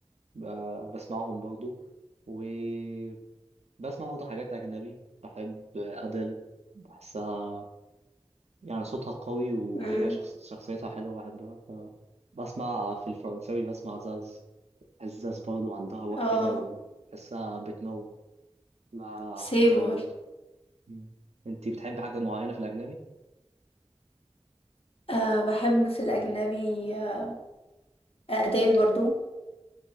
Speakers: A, on the right; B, on the left.
A: ب- بسمعهم برضو وبسمع برضو حاجات أجنبي بحب أدل بحسها يعني صوتها قوي وهي
B: مم.
A: شخص شخصيتها حلوة بحبها فبسمع في الفرنساوي بسمع زاز بحس زاز برضو عندها روح
B: اه
A: كده وبحسها بتنور بحبها
B: سيمور
A: برضو مم. انتي بتحبي حاجة معينة في الأجنبي؟
B: أه بحب في الأجنبي آه، أديل برضو